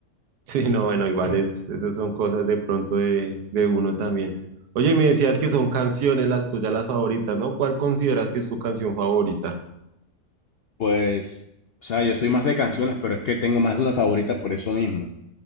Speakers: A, on the right; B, on the left.
A: Sí, no, bueno, igual es, esas son cosas de pronto de, de uno también. Oye, y me decías que son canciones las tuyas, las favoritas, ¿no? ¿Cuál consideras que es tu canción favorita?
B: Pues, o sea, yo soy más de canciones, pero es que tengo más de una favorita por eso mismo.